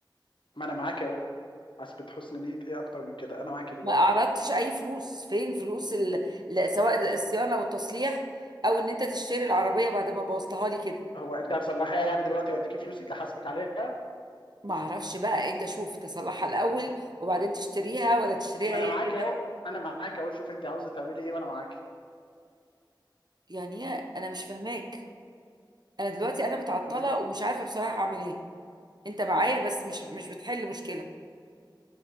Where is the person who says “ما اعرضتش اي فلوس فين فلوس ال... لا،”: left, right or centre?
Right